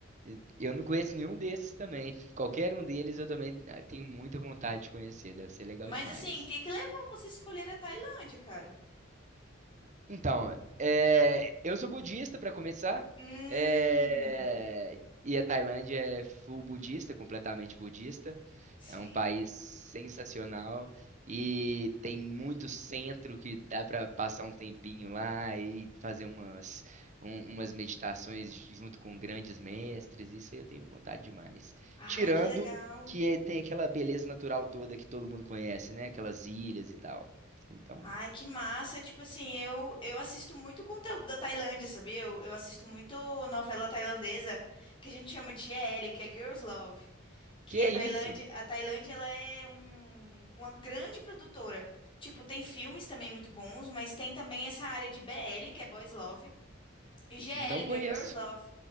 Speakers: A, on the right; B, on the left.
A: E Eu não conheço nenhum desses também. Qualquer um deles eu também ah, tenho muita vontade de conhecer. Deve ser legal
B: Mas,
A: demais.
B: assim, o que que levou você a escolher a Tailândia, cara?
A: Então, é, eu sou budista para começar,
B: Hum,
A: é, e a Tailândia é full budista, completamente budista.
B: sim.
A: É um país sensacional e tem muito centro que dá para passar um tempinho lá e fazer umas, um- umas meditações junto com grandes mestres. Isso aí eu tenho vontade demais.
B: Ai,
A: Tirando
B: que legal.
A: que é- tem aquela beleza natural toda que todo mundo conhece, né? Aquelas ilhas e tal. Então,
B: Ai, que massa. Tipo assim, eu, eu assisto muito conteúdo da Tailândia, sabia? Eu, eu assisto muito novela tailandesa, que a gente chama de GL, que é Girls Love. Que
A: que é
B: a Tailândia,
A: isso?
B: a Tailândia, ela é um, uma grande produtora. Tipo, tem filmes também muito bons, mas tem também essa área de BL, que é Boys Love, e GL,
A: Não conheço,
B: que é Girls Love.